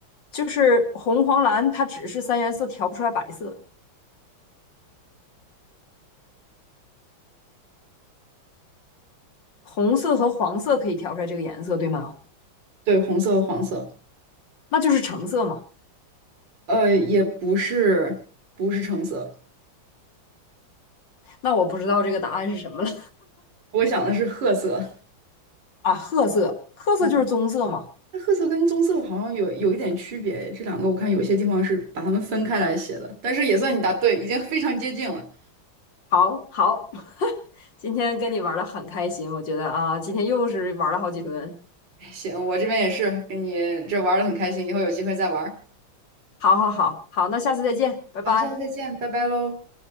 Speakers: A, on the left (about 65°); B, on the right (about 65°).
A: 就是红黄蓝，它只是三原色调不出来白色，红色和黄色可以调出来这个颜色，对吗？
B: 对，红色和黄色，
A: 那就是橙色嘛。
B: 呃，也不是不是橙色，
A: 那我不知道这个答案是什么了
B: 我想的是褐色。
A: <laughs> 啊，褐色，褐色就是棕色嘛。
B: 嗯，那褐色跟棕色好像有有一点区别，这两个我看有些地方是把它们分开来写的，但是也算你答对，已经非常接近了。
A: 好好，<laughs> 今天跟你玩的很开心，我觉得啊，今天又是玩了好几轮。
B: 哎行，我这边也是跟你这玩的很开心，以后有机会再玩儿
A: 好好好好，那下次再见，拜拜。
B: 好，下次再见，拜拜喽。